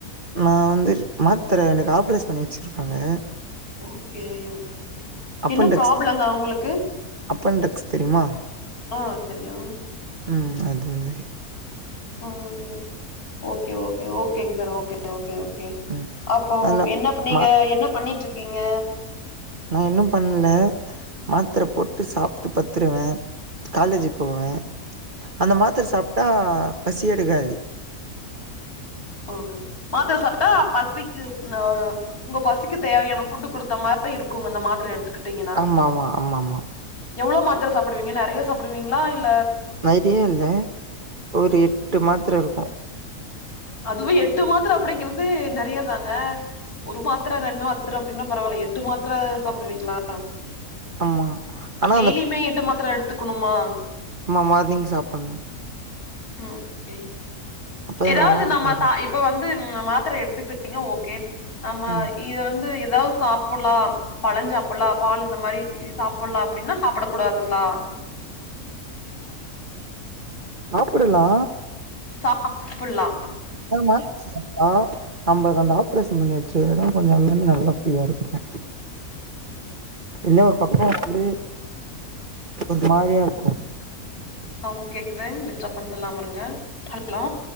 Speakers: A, on the right (about 35°); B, on the left (about 85°).
A: நா வந்து மாத்தர எனக்கு ஆப்ரைஸ் பண்ணி வச்சிருக்காங்க
B: ஓகே ஐயோ
A: அப்பன்டெக்ஸ்
B: என்ன ப்ராப்ளங்க உங்களுக்கு
A: அப்பன்டெக்ஸ் தெரியுமா
B: ஆ தெரியு
A: ம் அதுந்து
B: ஓ அயோ ஓகே ஓகே ஓகேங்சார் ஓ கே ஓகே ஓகே
A: ம்
B: அப்போ
A: அதெல்லா
B: என்ன நீங்க
A: மா
B: என்ன பண்ணிட்ருக்கீங்க
A: நா இன்னு பண்ல மாத்ர
B: ம்.
A: போட்டு சாப் ட்டு பத்துருவே காலேஜு போவே அந்த மாத்திர சாப்ட்டா பசி எடுக்காது
B: ஓகே மாத்ர சாப்ட்டா பசிக் இது ம் அ உங்க பசிக்கு தேவையான ஃபுட்டு குடுத்த மாதிரி இருக்கு அந்த மாத்திர எடுத்துக்கிட் டிங்கன்னா
A: ஆமா ஆமா ஆமா ஆமா
B: எவ்வளவு மாத்திர சாப்பிடுவீங்க நெறைய சாப்பிடுவீங்களா இல்
A: நெறைய இல்ல ஒரு எட்டு மாத்தர இருக்கு
B: அதுவு எட்டு மாத்திர அப்படிங்கறது நெறையாதாங்க ஒரு மாத்திர ரெண்டு மாத்திர அப்படின்னா பரவாயில்ல எட்டு மாத்திர சாப்பிடுவீங்களா
A: ஆமா ஆனா
B: டெய்லியுமே எட்டு மாத்திர எடுத்துக்கணுமா
A: மா மார்னிங் சாப்பிடணு
B: ஹ ஓகே
A: அப்பதா
B: ஏதாவது
A: நல்லா இருக்கு
B: நம்ம
A: ஒடம்பு
B: சா இப்ப வந்து மாத்திர எடுத்துக்கிட்டீங்க ஓ கே நம
A: ம்
B: இது வந்து ஏ தாவது சாப்பிடலாம் பழம் சாப்பிடலாம் பால் இந்த மாரி இ சாப் பலாம் அப்படின்னா சாப்பிட கூடாதுங்களா
A: சாப்பிடலா
B: சாப்புல்லா
A: <unintelligible> நம்மளுக்கு அந்த ஆப்ரேஷன் பண்ணி செய்யதா கொஞ்சம் எல்லாமே நல்லா ஃப்ரீயா இருக்குமே இல்ல ஒரு
B: ஓகே.
A: பக்கம் வந்து ஒரு மாரியா இருக்கும்
B: சவுண்ட் கேக்குது டிஸ்டர்பன்ஸ் இல்லாம இருங்க ஹல் ஹலோ